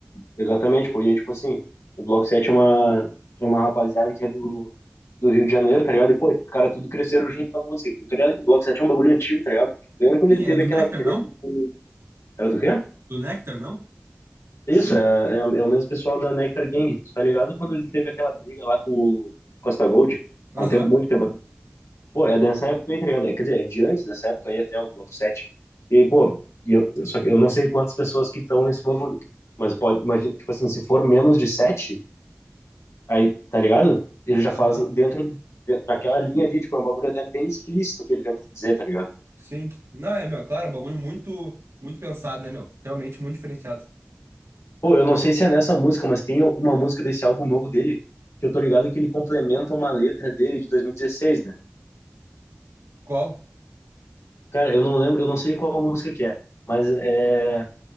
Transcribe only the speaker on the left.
Exatamente, pô. E aí, tipo assim, o Bloco 7 é uma, é uma rapaziada que é do, do Rio de Janeiro, tá ligado? E, pô, os caras tudo cresceram junto com a música. Eu tô ligado que o Bloco 7 é um bagulho antigo, tá ligado? Lembra quando
ele
teve
aquela
treta
com... Era do quê?
Isso, é, é, é o mesmo pessoal da Nectar Gang, tu tá ligado? Quando ele teve aquela briga lá com o Costa Gold,
há um tempo, muito tempo. atrás. Pô, é dessa época aí, tá ligado? É, Quer dizer, é de antes dessa época aí até o Bloco 7. E aí, pô, e eu, só que eu não sei quantas pessoas que estão nesse bagulho, mas pode, imagina, tipo assim, se for menos de 7 Aí, tá ligado? Ele já faz
dentro daquela linha ali, tipo, é um bagulho até bem explícito que ele tenta dizer, tá ligado?
Pô, eu não sei se é nessa música, mas tem uma música desse álbum novo dele, que eu tô ligado que ele complementa uma letra dele de 2016, né?
Cara, eu não lembro, eu não sei qual música que é, mas é...